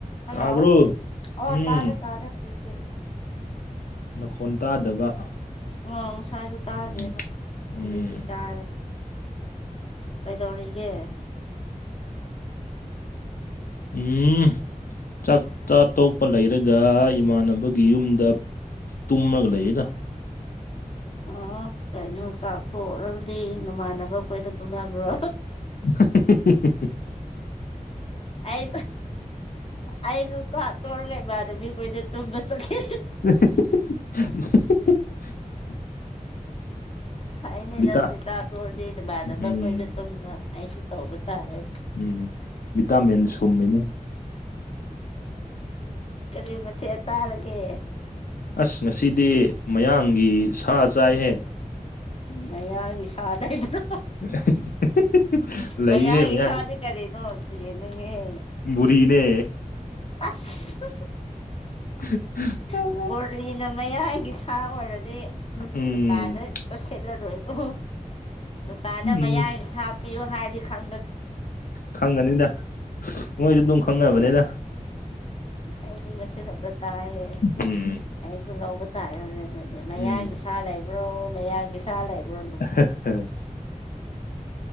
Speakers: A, on the left; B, on the left.
A: hello
B: ꯇꯥꯕ꯭ꯔꯣ
A: ꯑꯣ
B: ꯎꯝ
A: ꯇꯥꯔꯦ ꯇꯥꯔꯦ ꯍꯧꯖꯤꯛꯇꯤ
B: ꯅꯈꯣꯟ ꯇꯥꯗꯕ
A: ꯑꯣ ꯉꯁꯥꯏꯗꯣ ꯇꯥꯗꯦꯕ
B: ꯎꯝ ꯎꯝ
A: ꯍꯧꯖꯤꯛꯇꯤ ꯇꯥꯔꯦ ꯀꯩꯗꯧꯔꯤꯒꯦ
B: ꯎꯝ ꯆꯥꯛ ꯆꯥ ꯇꯣꯛꯄ ꯂꯩꯔꯒ ꯏꯃꯥꯟꯅꯕꯒꯤ ꯌꯨꯝꯗ ꯇꯨꯝꯔꯒ ꯂꯩꯌꯦꯗ
A: ꯑꯣ ꯀꯩꯅꯣ ꯆꯥꯛꯇꯣꯛꯔꯗꯤ ꯅꯃꯥꯟꯅꯕ ꯈꯣꯏꯗ ꯇꯨꯝꯅꯕ꯭ꯔꯣ
B: <unintelligible>
A: ꯑꯩ ꯑꯩꯁꯨ ꯆꯥꯛ ꯇꯣꯛꯔꯥꯒ ꯏꯃꯥꯅꯕꯤ ꯈꯣꯏꯗ ꯇꯨꯝꯕ ꯆꯠꯀꯦ
B: <unintelligible>
A: ꯐꯥꯏꯅꯦ
B: ꯕꯤꯇꯥ
A: ꯅꯪꯗꯤ ꯇꯣꯛꯔꯥꯗꯤ ꯅꯃꯥꯟꯕꯈꯣꯏꯗ
B: ꯎꯝ
A: ꯇꯨꯝꯕ ꯑꯩꯁꯨ ꯇꯧꯕ ꯇꯥꯔꯦ
B: ꯎꯝ ꯚꯤꯇꯥꯃꯤꯟ ꯁꯨꯝꯃꯤꯅꯦ
A: ꯀꯔꯤ ꯃꯆꯦꯠ ꯆꯥꯔꯒꯦ
B: ꯑꯁ ꯉꯁꯤꯗꯤ ꯃꯌꯥꯡꯒꯤ ꯁꯥ ꯆꯥꯏꯍꯦ
A: ꯃꯌꯥꯡꯒꯤ ꯁꯥ ꯂꯩꯕ꯭ꯔꯣ
B: <unintelligible> ꯂꯩꯍꯦ
A: ꯃꯌꯥꯡꯒꯤ
B: ꯃꯌꯥꯡꯒꯤꯁ
A: ꯁꯥꯗꯤ ꯀꯔꯤꯅꯣ ꯌꯦꯡꯅꯤꯡꯉꯦꯍꯦ
B: ꯕꯨꯔꯤꯅꯦ
A: ꯑꯁ
B: <unintelligible>
A: ꯕꯣꯔꯤꯅ ꯃꯌꯥꯡꯒꯤ ꯁꯥ ꯑꯣꯏꯔꯗꯤ ꯑꯁ
B: ꯎꯝ
A: ꯗꯨꯀꯥꯟꯗ ꯁꯤꯠꯂꯔꯣꯏꯀꯣ ꯗꯨꯀꯥꯟꯗ
B: ꯎꯝ
A: ꯃꯌꯥꯡꯒꯤ ꯁꯥ ꯄꯤꯌꯨ ꯍꯥꯏꯔꯗꯤ ꯈꯪ
B: ꯈꯪꯒꯅꯤꯗ ꯃꯣꯏꯖꯨ ꯑꯗꯨꯝ ꯈꯪꯅꯕꯅꯤꯗ
A: ꯑꯩꯗꯤ ꯉꯁꯤ ꯈꯛꯇ ꯇꯥꯏꯍꯦ
B: ꯎꯝ
A: ꯑꯩꯁꯨ ꯂꯧꯕ ꯇꯥꯔꯦꯅꯦ ꯑꯗꯨꯗꯤ ꯃꯌꯥꯡꯒꯤ
B: ꯎꯝ
A: ꯁꯥ ꯂꯩꯕ꯭ꯔꯣ ꯃꯌꯥꯡꯒꯤ ꯁꯥ ꯂꯩꯕ꯭ꯔꯣ
B: <unintelligible>